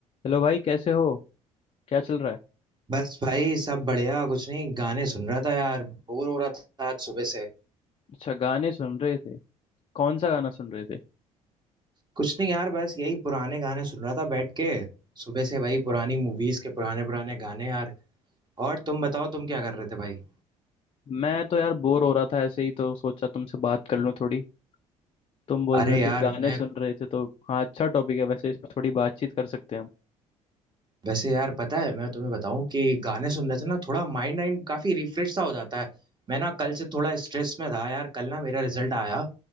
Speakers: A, on the left (about 30°); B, on the right (about 25°).
A: Hello भाई कैसे हो क्या चल रहा है
B: बस भाई सब बढ़िया कुछ नहीं गाने सुन रहा था यार बोर हो रहा था आज सुबह से
A: अच्छा गाने सुन रहे थे कौन सा गाना सुन रहे थे
B: कुछ नहीं यार बस यही पुराने गाने सुन रहा था बैठ के सुबह से वही पुरानी मूवीज के पुराने पुराने गाने यार और तुम बताओ तुम क्या कर रहे थे भाई
A: मैं तो यार बोर हो रहा था ऐसे ही तो सोचा तुमसे बात कर लूं थोड़ी तुम बोल
B: अरे
A: रहे हो
B: यार
A: कि गाने
B: मैं
A: सुन रहे थे तो हाँ अच्छा टॉपिक है वैसे इस पर थोड़ी बातचीत कर सकते हैं हम
B: वैसे यार पता है मैं तुम्हें बताऊं कि गाने सुनने से ना थोड़ा माइंड वाइंड काफी रिफ्रेश सा हो जाता है मैं ना कल से थोड़ा स्ट्रेस में था यार कल ना मेरा रिजल्ट आया